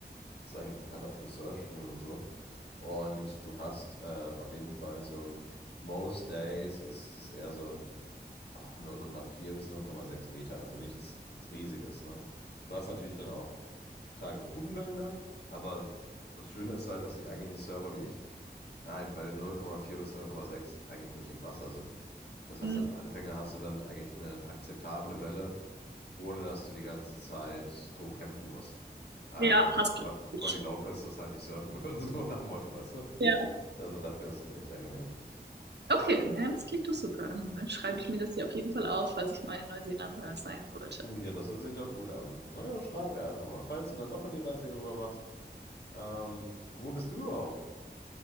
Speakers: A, on the left (about 75°); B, on the right (about 80°).
A: ist eigentlich bekannt auch für Surfschulen und so. Und du hast äh, auf jeden Fall so, most days ist das eher so ein, ah, 0,4 bis 0,6 Meter, also nichts Riesiges, ne? Du hast natürlich dann auch Tage mit gutem Wellengang, aber das Schöne ist halt, dass die eigentlichen Surfer wie ich halt bei den 0,4 bis 0,6 eigentlich nicht im Wasser sind. Das heißt,
B: Mhm.
A: als Anfänger hast du dann eigentlich eine akzeptable Welle, ohne dass du die ganze Zeit drum kämpfen musst. Äh,
B: Ja, hast
A: wa-
B: du. richtig.
A: weil die Locals das halt nicht surfen würden, <laughs> so nach dem Motto, weißt du?
B: Ja.
A: Also dafür ist es echt angenehm.
B: Okay, ja, das klingt doch super. Dann schreibe ich mir das hier auf jeden Fall auf, falls ich mal in Neuseeland sein sollte.
A: Ja, das hört sich doch gut an. Na ja, schreib mir einfach mal, falls du dann doch mal die Reise hier rüber machst. Ähm, wo bist du überhaupt?